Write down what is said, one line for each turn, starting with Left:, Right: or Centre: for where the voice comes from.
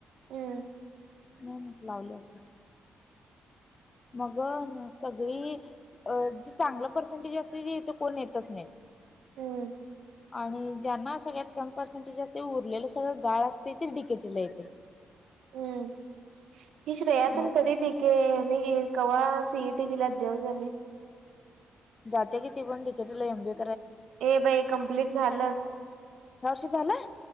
Right: हम्म
Left: हो मग लावले असं मग सगळे अ चांगलं पर्सेंटेज असते ती ते कोण येतच नाही
Right: हम्म
Left: आणि ज्यांना सगळ्यात कम पर्सेंटेज असते उरलेलं सगळं गाळ असते ते डिकेटीला येत
Right: हम्म हि श्रेयातन
Left: मग
Right: कधी ठीके कवाळा सीएटी दिलात देवजने
Left: जात की ती पण टिकेट ला एमबीए
Right: हे बाई कमप्लीट झालं
Left: वर्षी झालं